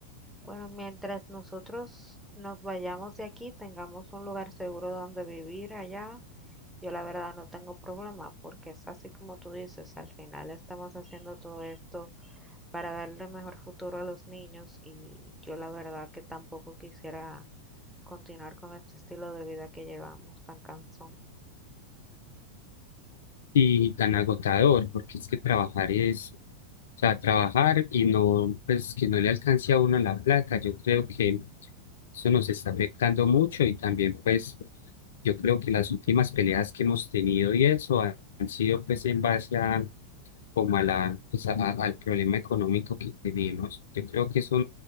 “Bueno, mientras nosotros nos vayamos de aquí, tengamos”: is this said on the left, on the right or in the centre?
Centre